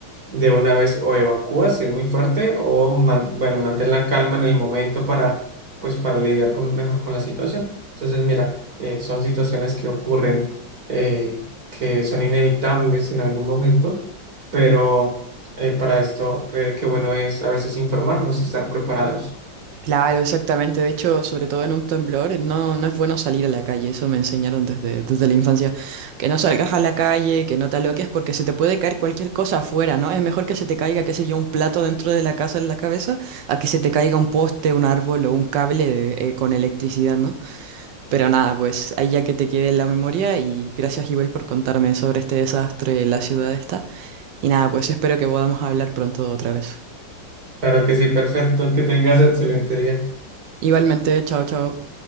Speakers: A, on the right; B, on the right.
A: de una vez o evacúa si es muy fuerte o man- bueno, mantén la calma en el momento para pues para lidiar con- mejor con la situación. Entonces, mira, eh, son situaciones que ocurren eh, que son inevitables en algún momento, pero eh, para esto qué qué bueno es a veces informarnos y estar preparados.
B: Claro, exactamente. De hecho, sobre todo en un temblor, eh, no, no es bueno salir a la calle. Eso me enseñaron desde, desde la infancia. Que no salgas a la calle, que no te aloques, porque se te puede caer cualquier cosa afuera, ¿no? Es mejor que se te caiga, qué sé yo, un plato dentro de la casa en la cabeza, a que se te caiga un poste, un árbol o un cable eh, con electricidad, ¿no? Pero nada, pues ahí ya que te quede en la memoria y gracias, Ibel, por contarme sobre este desastre en la ciudad esta. Y nada, pues espero que podamos hablar pronto otra vez.
A: Claro que sí, perfecto, que tengas excelente día.
B: Igualmente, chao, chao.